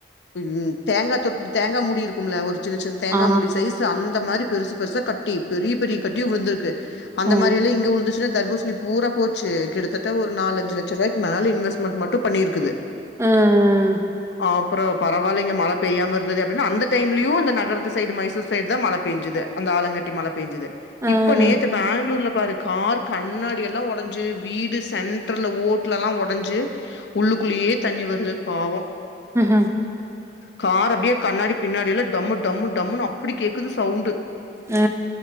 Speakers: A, on the left; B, on the right.
A: இது தேங்கா தொ தேங்கா மூடி இருக்கும்ல ஒரு சின்ன சின்ன தேங்கா
B: ஆ
A: மூடி சைஸ் சு அந்த மாரி பெருசு பெருசா கட்டி பெரிய பெரிய கட்டி விழுந்திருக்கு அந்த
B: அ
A: மாரி எல்லா இங்க உழுந்துச்சு சுனா தர்பூசணி பூரா போச்சு கிட்டத்தட்ட ஒரு நாலஞ்சு லட்ச ரூவாய்க்கு மேல இன்வெஸ்மெட் மட்டு பண்ணிருக்குது
B: ம் ம்
A: அ அப்பறோ பரவாலைங்க மழ பெய்யாம இருந்ததே அப்ப அந்த டைம்லயு இந்த நகரத்து சைடு மைசூர் சைடுதா மழ பெஞ்சுது அந்த ஆலங்கட்டி மழ பேஞ்சுது
B: அ
A: இப்ப நேத்து பெங்ளூர்ல பாரு கார் கண்ணாடி எல்லா ஒடஞ்சு வீடு சென்ட்ருல்ல ஓட்டுலல்லா ஒடஞ்சு உள்ளுக்குள்ளேயே தண்ணி வருது பாவோ
B: ம்
A: கார் அப்டியே கண்ணாடி பின்னாடி எல்லா டம்மு டம்மு டம்முன்னு அப்டி கேக்குது சவுண்டு்
B: அ அ